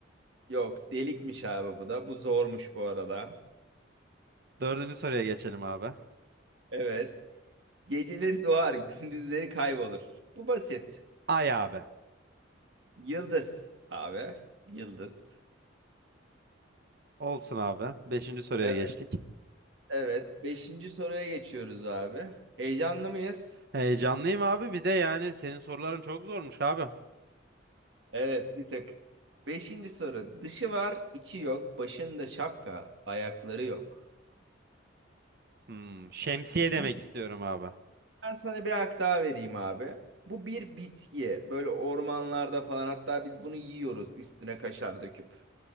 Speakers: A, on the right; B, on the right.
A: Yok delikmiş abi bu da. Bu zormuş bu arada.
B: Dördüncü soruya geçelim abi.
A: Evet. Geceleri doğar, gündüzleri kaybolur. Bu basit.
B: Ay abi.
A: Yıldız abi. Yıldız.
B: Olsun abi. Beşinci soruya
A: Evet.
B: geçtik.
A: Evet. Beşinci soruya geçiyoruz abi. Heyecanlı mıyız?
B: Heyecanlıyım abi. Bir de yani senin soruların çok zormuş abi.
A: Evet, bir tık. Beşinci soru. Dışı var, içi yok. Başında şapka, ayakları yok.
B: Hmm, şemsiye demek
A: Bir-
B: istiyorum abi.
A: Ben sana bir hak daha vereyim abi. Bu bir bitki. Böyle ormanlarda falan hatta biz bunu yiyoruz üstüne kaşar döküp.